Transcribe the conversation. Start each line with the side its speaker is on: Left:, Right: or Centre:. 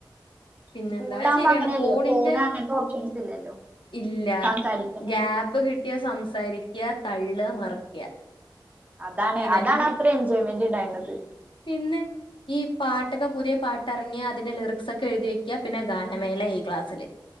Left: പിന്നെന്താ
Right: സ്കൂളില
Left: അത്
Right: ആകുമ്പോ
Left: ശരിയാണ്
Right: അങ്ങനെയല്ലല്ലോ
Left: ഫോണിന്റെ
Right: ഫോണ് അങ്ങനത്തെ ഓപ്ഷൻസ് ഇല്ലല്ലോ
Left: ഇല്ല
Right: സംസാരിക്കാനല്ലേ
Left: ഗ്യപ്പ് കിട്ടിയാ സംസാരിക്ക തള്ള മറിക്ക
Right: അതാണ്
Left: ഇതന്നെ
Right: അതാണ് അത്ര എൻജോയ്മെന്റ് ഉണ്ടായിരുന്നത്
Left: പിന്നെ ഈ പാട്ടൊക്കെ പുതിയ പാട്ട്റങ്ങിയ അതിന്റെ ലിറിക്സ് ഒക്കെ എഴുതിയക്കും പിന്നെ ഗാനമേള ആയി ക്ലാസ്സില്